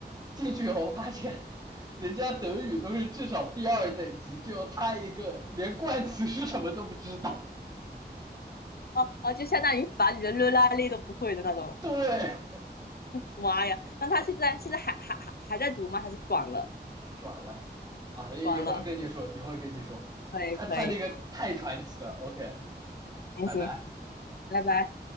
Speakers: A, on the right; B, on the left.
A: 进去以后发现，人家德语都是至少 B 二等级，就他一个连冠词是什么都不知道。
B: 哦、啊哦，啊就相当于把你的热拉勒都不会的那种。
A: 对，啊
B: 妈呀！那他现在现在还还还还在读吗？还是转了？
A: 转了啊，一一会儿跟你说，
B: 转了，
A: 一会儿跟你说，
B: 可以可以，
A: 他他那个太传奇了。OK，
B: 行行，
A: 拜拜。
B: 拜拜。